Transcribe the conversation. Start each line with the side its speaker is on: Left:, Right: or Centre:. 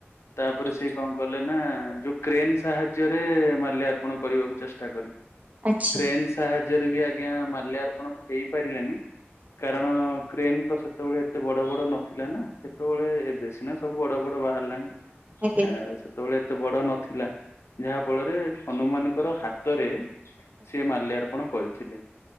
Left: ତାପରେ ସେ କଣ କଲେ ନା ଯୋଉ କ୍ରେନ ସାହାଯ୍ୟରେ ମାଲ୍ୟର୍ପଣ କରିବାକୁ ଚେଷ୍ଟା କଲେ
Right: ଆଚ୍ଛା
Left: କ୍ରେନ
Right: ଆଜ୍ଞା
Left: ସାହାଯ୍ୟରେ ବି ଆଜ୍ଞା ମାଲ୍ୟାର୍ପଣ ହେଇପାରିଲାନି। କାରଣ କ୍ରେନ ତ ସେତେବେଳେ ଏତେ ବଡ ବଡ ନଥିଲା ନା ସେତେବେଳେ ଏବେ ସିନା ସବୁ ବଡ ବଡ ଏବେ ତ ବାହାରିଲାଣି
Right: ଆଜ୍ଞା
Left: ଆ ସେତେବେଳେ ଏତେ ବଡ ନଥିଲା। ଯାହା ଫଳରେ ହନୁମାନଙ୍କର ହାତରେ ସେ ମାଲ୍ୟାର୍ପଣ କରିଥିଲେ।